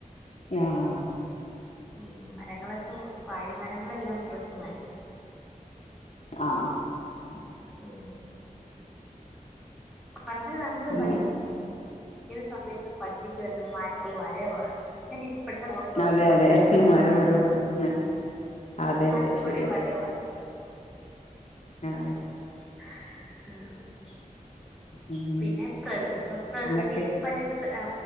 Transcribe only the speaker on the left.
ആആ
ആ അ
പിന്നെ
അതെയതെ
മരം ഒരു വരമാണ അതെ
അതെ ശരിയാ
അതെ
ഉം
അന്നൊക്കെ